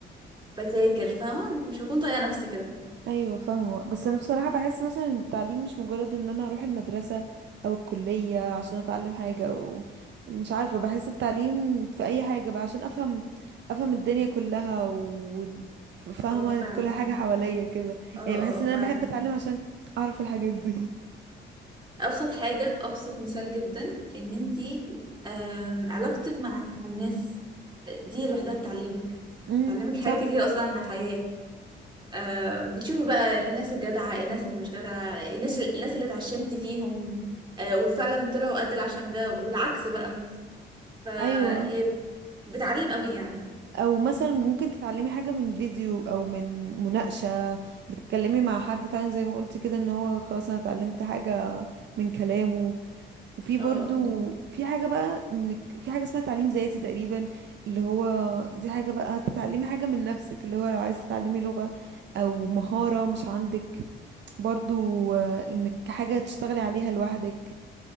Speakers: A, on the right; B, on the right.
A: بذاكر فاهمه مش هكون طايقه نفسي كده
B: ايوه فاهمه بس انا بصراحه بحس مثلا ان التعليم مش مجرد ان انا اروح المدرسه او الكليه عشان اتعلم حاجه او مش عارفه بحس التعليم في اي حاجه بقى عشان افهم افهم الدنيا كلها وفاهمه
A: اه فعلا
B: كل حاجه
A: فعلا
B: حواليا كده
A: اه اه
B: يعني بحس
A: آه،
B: ان
A: فعلا
B: انا بحب اتعلم عشان اعرف الحاجات دي
A: ابسط حاجه ابسط مثال جدا ان انتي آم، علاقتك مع الناس دي لوحدها بتعلمك
B: <laughs> امم
A: بتعلمك حاجات
B: صح
A: كتير اصلا عن الحياه آه بتشوفي بقى الناس الجدعة الناس اللي مش جدعة الناس الناس اللي اتعشمتي فيهم آه وفعلا طلعوا قد العشم ده والعكس بقى ف
B: ايوه
A: هي بتعلم قوي يعني
B: او مثلا ممكن تتعلمي حاجه من فيديو او من مناقشه بتتكلمي مع حد فعلا زي ما قلت كده ان هو خلاص انا اتعلمت حاجه من كلامه وفي
A: اه
B: برضو في حاجة بقى انك في حاجة اسمها تعليم ذاتي تقريبا اللي هو دي حاجة بقى تتعلمي حاجة من نفسك اللي هو لو عايزة تتعلمي لغة او مهارة مش عندك برضو آه، انك حاجة تشتغلي عليها لوحدك